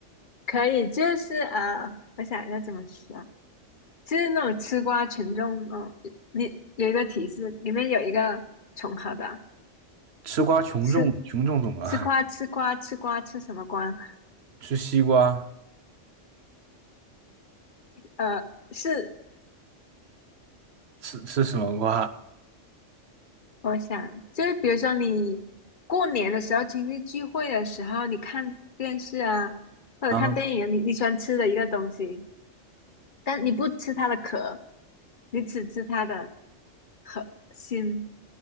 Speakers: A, on the left; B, on the right.
A: 可以，就是呃，我想一下怎么说啊，就是那种吃瓜群众哦，你有一个提示，里面有一个重合的，
B: 吃瓜群众群众怎么了？
A: 吃吃瓜吃瓜吃瓜吃什么瓜？
B: <laughs> 吃西瓜？
A: 呃，是
B: 吃吃什么瓜
A: 我想就是比如说你过年的时候、亲戚聚会的时候，你看电视啊，或者看电影，
B: 啊？
A: 你你喜欢吃的一个东西。但你不吃它的壳，你只吃它的核心，